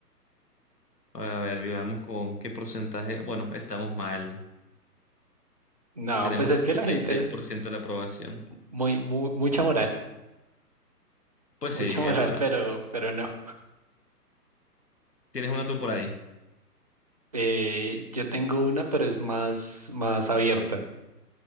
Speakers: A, on the left; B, on the right.
A: A ver, digamos con qué porcentaje. Bueno, estamos mal.
B: No,
A: Tenemos
B: pues es
A: el
B: que
A: treinta
B: la gente
A: y seis
B: es
A: por ciento de la aprobación.
B: muy, mu- mucha moral. <laughs>
A: Pues
B: Mucha
A: sí, es
B: moral,
A: verdad.
B: pero, pero no.
A: Tienes una tú por ahí.
B: Eh, yo tengo una, pero es más, más abierta.